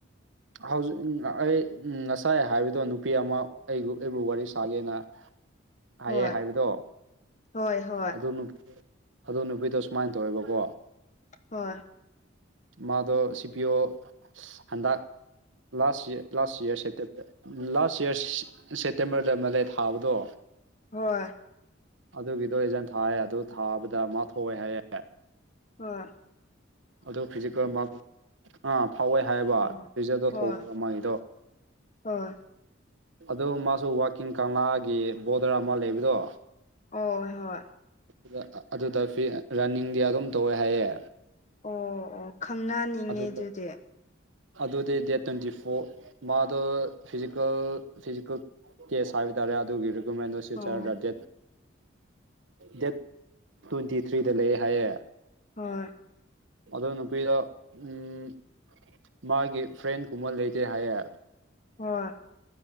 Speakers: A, on the right; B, on the left.
A: ꯍꯧꯖꯤꯛ ꯑꯩ ꯉꯁꯥꯏ ꯍꯥꯏꯕꯗꯣ ꯅꯨꯄꯤ ꯑꯃ ꯑꯩꯕꯨ ꯑꯩꯕꯨ ꯋꯥꯔꯤ ꯁꯥꯒꯦꯅ
B: <inaudible>
A: ꯍꯥꯏꯌꯦ
B: ꯍꯣꯏ
A: ꯍꯥꯏꯕꯗꯣ
B: ꯍꯣꯏ ꯍꯣꯏ
A: ꯑꯗꯨ ꯅꯨꯞ ꯑꯗꯨ ꯅꯨꯄꯤꯗꯣ ꯁꯨꯃꯥꯏꯅ ꯇꯧꯋꯦꯕꯀꯣ
B: ꯍꯣꯏ
A: ꯃꯥꯗꯣ ꯁꯤ ꯄꯤ ꯑꯣ ꯍꯟꯗꯛ ꯂꯥꯁ ꯂꯥꯁ ꯏꯌꯥꯔ ꯁꯦꯞꯇꯦ ꯂꯥꯁ ꯏꯌꯥꯔ ꯁꯦꯇꯦꯝꯕꯔꯗ ꯃꯥꯂꯦ ꯊꯥꯕꯗꯣ
B: ꯍꯣꯏ
A: ꯑꯗꯨꯒꯤꯗꯣ ꯑꯦꯖꯥꯝ ꯊꯥꯏꯑꯦ ꯑꯗꯨ ꯊꯥꯕꯗ ꯃꯥ ꯊꯣꯛꯑꯦ ꯍꯥꯏꯌꯦ
B: ꯍꫭꯏ
A: ꯑꯗꯨ ꯐꯤꯖꯤꯛꯀꯜ ꯃꯥꯛ ꯑ ꯐꯥꯎꯋꯦ ꯍꯥꯏꯌꯦꯕ
B: ꯑꯣ
A: ꯔꯤꯖꯜꯗꯣ
B: ꯍꯣꯏ
A: ꯊꯣꯛ ꯃꯥꯒꯤꯗꯣ
B: ꯍꯣꯏ
A: ꯑꯗꯨ ꯃꯥꯁꯨ ꯋꯥꯛꯀꯤꯡ ꯀꯪꯂꯥꯒꯤ ꯕꯣꯗꯔ ꯑꯃ ꯂꯩꯕꯗꯣ
B: ꯑꫭ ꯍꯣꯏ
A: ꯑꯗꯨꯗ ꯑꯗꯨꯗ ꯐꯤ ꯔꯟꯅꯤꯡꯗꯤ ꯑꯗꯨꯝ ꯇꯧꯋꯦ ꯍꯥꯏꯌꯦ
B: ꯑꯣ ꯑꯣ ꯈꯪꯅꯅꯤꯡꯉꯦ
A: ꯑꯗꯨꯗ
B: ꯑꯗꯨꯗꯤ
A: ꯑꯗꯨꯗꯤ ꯗꯦꯠ ꯇ꯭ꯋꯦꯟꯇꯤ ꯐꯣꯔ ꯃꯥꯗꯣ ꯐꯤꯖꯤꯀꯦꯜ ꯐꯤꯖꯤꯀꯦꯜ ꯇꯦꯁ ꯍꯥꯏꯕ ꯇꯥꯔꯦ ꯑꯗꯨꯒꯤ ꯔꯤꯀꯨꯃꯦꯟꯗꯨ ꯁꯤꯜꯆꯔꯗ
B: ꯑꯣ
A: ꯗꯦꯠ ꯗꯦꯠ ꯇ꯭ꯋꯦꯟꯇꯤ ꯊ꯭ꯔꯤꯗ ꯂꯩꯑꯦ ꯍꯥꯏꯌꯦ
B: ꯍꯣꯏ
A: ꯑꯗꯨ ꯅꯨꯄꯤꯗ ꯎꯝ ꯃꯥꯒꯤ ꯐ꯭ꯔꯦꯟꯒꯨꯝꯕ ꯂꯩꯇꯦ ꯍꯥꯏꯌꯦ
B: ꯍꯣꯏ